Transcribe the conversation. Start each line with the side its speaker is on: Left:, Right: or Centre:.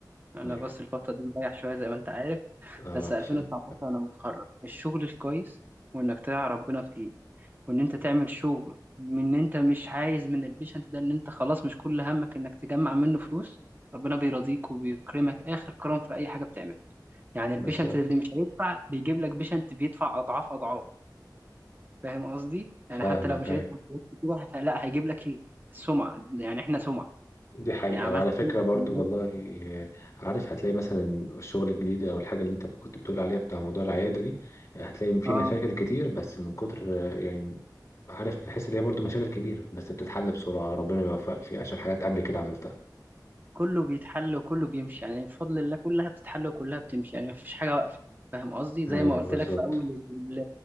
Right: أنا
Left: أيوه
Right: بس الفترة دي مريح شوية زي ما أنت عارف
Left: آه،
Right: بس 2019
Left: عشان
Right: أنا متخرج الشغل الكويس وإنك تقي ربنا فيه وان انت تعمل شغل من ان انت مش عايز من البيشنت ده ان انت خلاص مش كل همك انك تجمع منه فلوس ربنا بيرضيك وبيكرمك اخر كرم في اي حاجه بتعملها يعني
Left: بالظبط
Right: البيشنت اللي مش هيدفع بيجيب لك بيشنت بيدفع اضعاف اضعاف فاهم قصدي
Left: فاهمك
Right: يعني حتى لو مش
Left: أيوه
Right: هيدفع فلوس كتير، فلا هيجيب لك السمعه يعني احنا سمعه
Left: دي حقيقة
Right: يعني عملت
Left: وعلى فكرة
Right: سمعه
Left: برضو
Right: كويسه
Left: والله آه، عارف هتلاقي مثلا الشغل الجديد أو الحاجة اللي أنت كنت بتقول عليها بتاع موضوع العيادة دي آه، هتلاقي في
Right: اه
Left: مشاكل كتير بس من كتر آه، يعني عارف بحس إن هي برضو مشاكل كبيرة بس بتتحل بسرعة ربنا يوفقك فيها عشان حاجات قبل كده عملتها
Right: كله بيتحل وكله بيمشي يعني بفضل الله كلها بتتحل وكلها بتمشي يعني مفيش حاجة واقفة فاهم قصدي
Left: أيوه
Right: زي ما قلت
Left: بالظبط
Right: لك في أول ال-